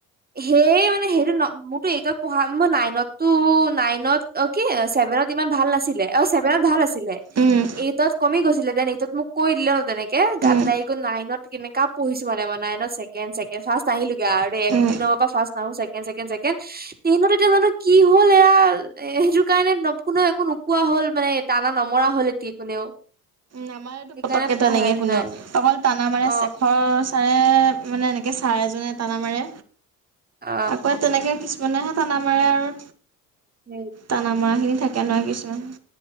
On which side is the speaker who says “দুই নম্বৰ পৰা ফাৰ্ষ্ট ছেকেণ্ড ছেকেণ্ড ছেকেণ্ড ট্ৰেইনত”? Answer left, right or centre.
Right